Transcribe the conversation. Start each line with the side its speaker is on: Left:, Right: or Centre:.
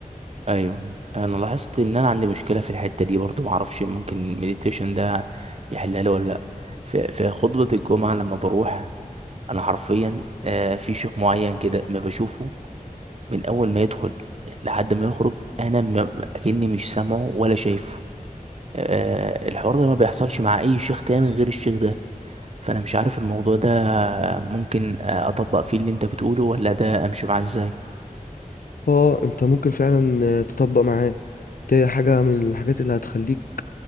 Right: ايوه انا لاحظت ان انا عندي مشكله في الحته دي برضو معرفش ممكن المديتيشن ده يحلها لي ولا لا في في خطبه الجمعه لما بروح انا حرفيا آه، في شيخ معين كده ما بشوفه من اول ما يدخل لحد ما يخرج انا ما- اكني مش سامعه ولا شايفه آه، الحوار ده ما بيحصلش مع اي شيخ تاني غير الشيخ ده فانا مش عارف الموضوع ده ممكن آه، اطبق فيه اللي انت بتقوله ولا ده امشي معاه ازاي
Left: اه انت ممكن فعلا آه، تطبق معاه دي حاجة من الحاجات اللي هتخليك